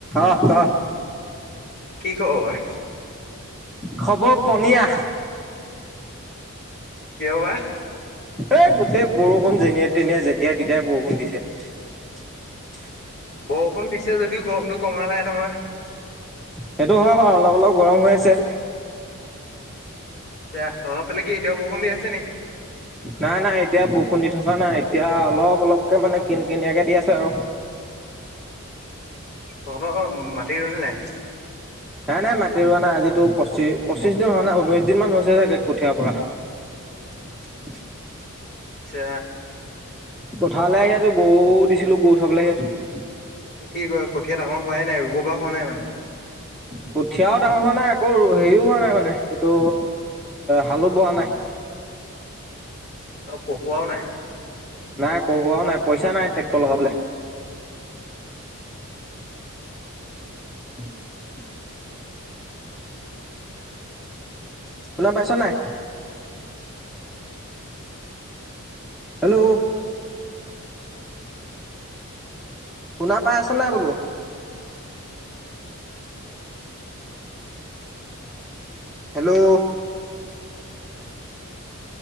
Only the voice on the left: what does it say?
কি খবৰ?
কিয় বা?
বৰষুণ দিছে যদিও গৰমটো কমা নাই নহয়।
এতিয়া তহঁতৰ ফালে কি এতিয়াও বৰষুণ দি আছে নেকি?
তহঁতৰ মাটি ৰুলী নাই?
<unintelligible>
আচ্ছা।
কি কয় কঠীয়া ডাঙৰ হোৱাই নাই, ৰুব পৰা হোৱা নাই মানে।
আৰু কঢ়োৱাও নাই।